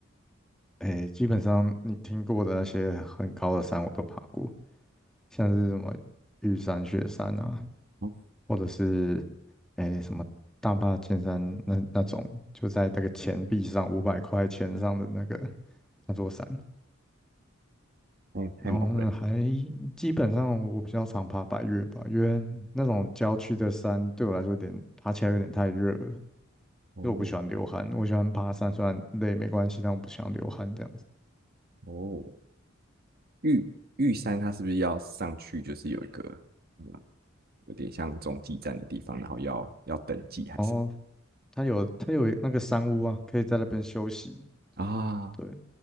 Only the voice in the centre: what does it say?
哎，基本上你听过的那些很高的山我都爬过，像是什么玉山、雪山啊，
或者是哎什么大霸尖山那那种，就在那个钱币上五百块钱上的那个那座山。
然后呢，还基本上我比较常爬百岳吧，因为那种郊区的山对我来说有点爬起来有点太热了，因
为我不喜欢流汗，我喜欢爬山虽然累没关系，但我不喜欢流汗这样子。
哦，它有它有那个山屋啊，可以在那边休息。
对，